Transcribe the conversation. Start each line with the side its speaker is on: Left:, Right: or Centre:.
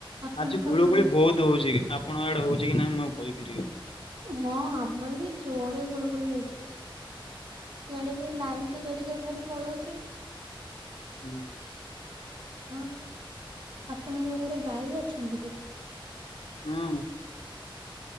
Right: ଆପଣଙ୍କ
Left: ଆଜି ଗୁଳୁଗୁଳି
Right: ଘରେ
Left: ବହୁତ ହଉଛି କି, ଆପଣ ଆଡେ ହଉଛି କି ନାଇଁ ମୁଁ ଆଉ କହିପାରିବି।
Right: ହଁ ଆମର ବି ଜୋରରେ ଘଳ ଘୋଳି ହଉଛି, ଏଆଡେ ବି ଲାଇନ୍ <unintelligible> ପଳଉଛି
Left: ହୁଁ।
Right: ହଁ ଆପଣଙ୍କ ଘରେ ଗାଈ ଅଛନ୍ତି କି।
Left: ହୁଁ।